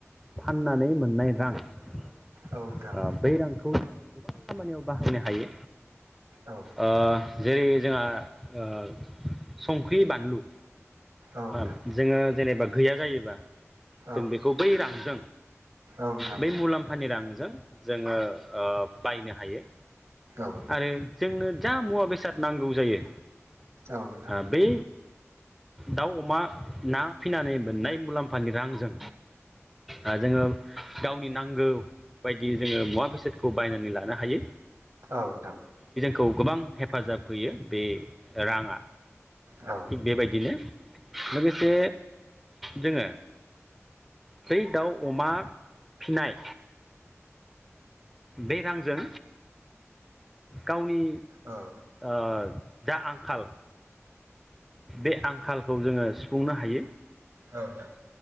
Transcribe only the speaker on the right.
औ नोंथां
औ
औ <unintelligible>
औ
औ
नोंथां औ नोंथां
औ
औ नोंथा
औ <unintelligible>
औ
औ
औ‌ नोंथां